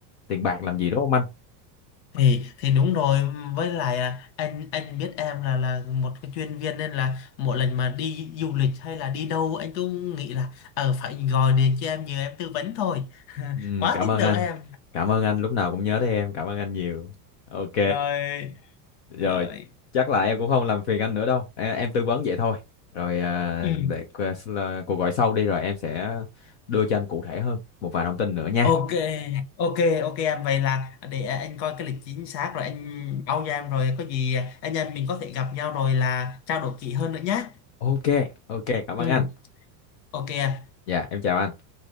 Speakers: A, on the left; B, on the left.
A: Tiền bạc làm gì đúng không anh?
B: thì thì đúng rồi với lại à, anh anh biết em là là một cái chuyên viên nên là mỗi lần mà đi du lịch hay là đi đâu anh cứ nghĩ là ờ phải gọi điện cho em nhờ em tư vấn thôi <laughs>
A: Ừ,
B: quá
A: cảm
B: tin
A: ơn
B: tưởng
A: anh.
B: em
A: Cảm ơn anh lúc nào cũng nhớ tới em. Cảm ơn anh nhiều. Ok.
B: rồi
A: rồi
B: rồi
A: chắc là em cũng không làm phiền anh nữa đâu em, em tư vấn vậy thôi rồi à,
B: ừ.
A: để qua- là cuộc gọi sau đi rồi em sẽ đưa cho anh cụ thể hơn một vài thông tin nữa nha
B: ok ok ok em vậy là để anh coi cái lịch chính xác rồi anh báo cho em rồi có gì anh em mình có thể gặp nhau rồi là trao đổi kỹ hơn nữa nhé
A: ok ok cảm ơn
B: ừ
A: anh
B: ok em
A: dạ em chào anh